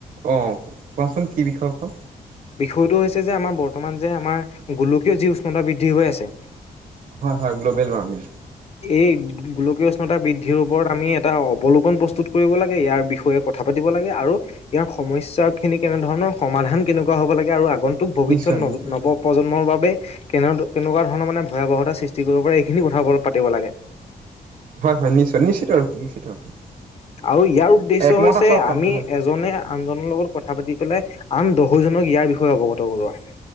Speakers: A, on the right (about 60°); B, on the left (about 45°).
A: অ', কোৱাচোন কি বিষয় ফল।
B: বিষয়টো হৈছে যে আমাৰ বৰ্তমান যে আমাৰ গোলকীয় যি উষ্ণতা বৃদ্ধি হৈ আছে
A: হয় হয় গ্ল'বেল ৱাৰ্মিং।
B: এই গোলকীয় উষ্ণতা বৃদ্ধিৰ ওপৰত আমি এটা অৱলোবন প্ৰস্তুত কৰিব লাগে ইয়াৰ বিষয়ে কথা পাতি ব লাগে আৰু ইয়াৰ সমস্যা খিনি কেনেধৰণৰ সমাধান কেনেকুৱা হ'ব লাগে আৰু আন্তুক ভৱিষ্যত
A: নিশ্চয় নিশ্চয়
B: নৱ প্ৰজন্মৰ বাবে <unintelligible> নে কেনাটো কেনেকোৱা ধৰণৰ মানে ভয়াৱহতা সৃষ্টি কৰিব পাৰে, এইখিনি কথা পাতিব লাগে।
A: হয় হয় নিশ্চয় নিশ্চিত আৰু নিশ্চিত <unintelligible>
B: আৰু ইয়াৰ উদ্দেশ্য
A: একমত
B: হৈছে
A: আছো
B: আমি
A: হয়
B: এজনে আনজনৰ লগত কথা পাতি, পেলাই আন দহোজনক ইয়াৰ বিষয়ে অৱগত কৰোৱা।